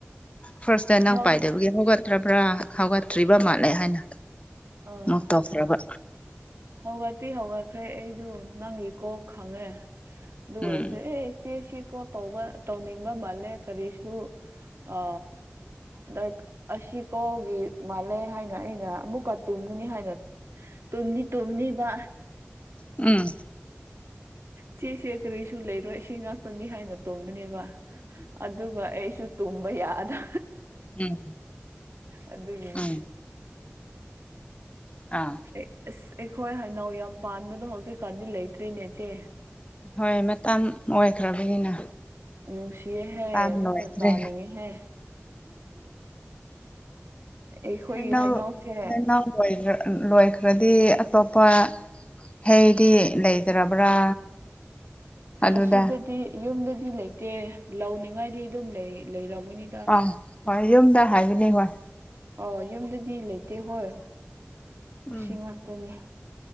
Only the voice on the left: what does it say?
ꯐꯔꯁꯇ ꯅꯪ
ꯄꯥꯏꯗꯕꯒꯤ ꯍꯧꯒꯠ ꯇ꯭ꯔꯕ꯭ꯔꯥ ꯍꯧꯒꯠꯇ꯭ꯔꯤꯕ ꯃꯥꯜꯂꯦ ꯍꯥꯏꯅ
ꯃꯨꯛ ꯇꯧꯈ꯭ꯔꯕ
ꯎꯝ
ꯎꯝ
ꯎꯝ
ꯎꯝ ꯑꯥ
ꯍꯣꯏ ꯃꯇꯝ ꯑꯣꯏꯈ꯭ꯔꯕꯅꯤꯅ
ꯃꯇꯝ
ꯂꯣꯏꯈ꯭ꯔꯦ
ꯍꯩꯅꯧ
ꯍꯩꯅꯧ ꯂꯣꯢꯒ꯭ꯔ ꯂꯣꯏꯈ꯭ꯔꯗꯤ ꯑꯇꯣꯞꯄ ꯍꯩꯗꯤ ꯂꯩꯇ꯭ꯔꯕ꯭ꯔꯥ ꯑꯗꯨꯗ
ꯑꯥ ꯍꯣꯏ ꯌꯨꯝꯗ ꯍꯥꯏꯕꯅꯦ ꯍꯣꯏ
ꯎꯝ